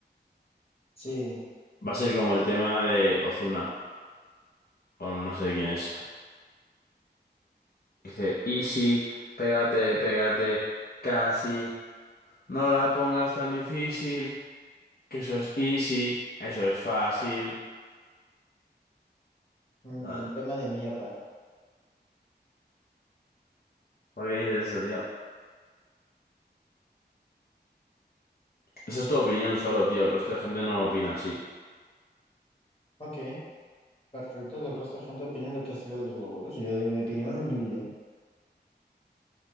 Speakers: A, on the left; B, on the left.
A: Sí.
B: Va a ser como el tema de Ozuna, o no sé quién es. Dice, easy, pégate, pégate, casi. No la pongas tan difícil, que eso es easy, eso es fácil.
A: Un
B: Ah,
A: tema de mierda.
B: ¿Por qué dices eso, tío? Esa es tu opinión solo, tío. El resto de gente no opina así.
A: Ok. Perfecto. Que el resto de gente opine lo que saque de los huevos. Yo doy mi opinión humilde.